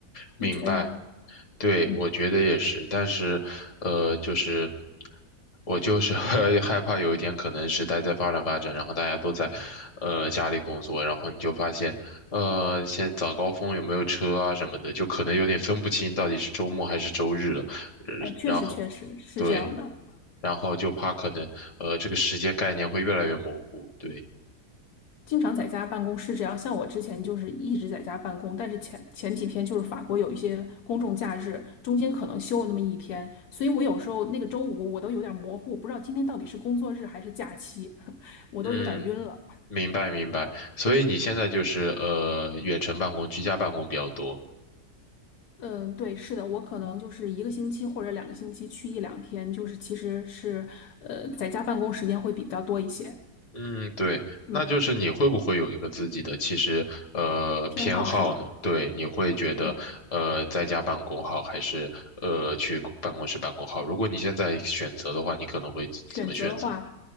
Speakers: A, on the left; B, on the left.
A: 明白，
B: 你觉得呢？
A: 对，
B: 嗯，
A: 我觉得也是，但是，呃，就是我就是 <laughs> 害怕有一天可能时代在发展发展，然后大家都在，呃，家里工作，然后你就发现，呃，现在早高峰有没有车啊什么的，就可能有点分不清到底是周末还是周日了，呃然后
B: 哎，确实确实是这样的。
A: 对，然后就怕可能，呃，这个时间概念会越来越模糊，对，
B: 经常在家办公是这样，像我之前就是一直在家办公，但是前前几天就是法国有一些公众假日，中间可能休了那么一天，所以我有时候那个周五我都有点模糊，不知道今天到底是工作日还是假期，<laughs> 我都有点晕了。
A: 嗯，明白明白，所以你现在就是呃远程办公、居家办公比较多。
B: 嗯，对，是的，我可能就是一个星期或者两个星期去一两天，就是其实是呃在家办公时间会比较多一些。
A: 嗯，对，
B: 嗯，
A: 那就是你会不会有一个自己的其实呃偏好呢？
B: 偏好是吗？
A: 对，你会觉得呃在家办公好还是呃去办公室办公好？
B: 对，
A: 如果你现在选择的话，你可能会怎么选择？
B: 选择的话。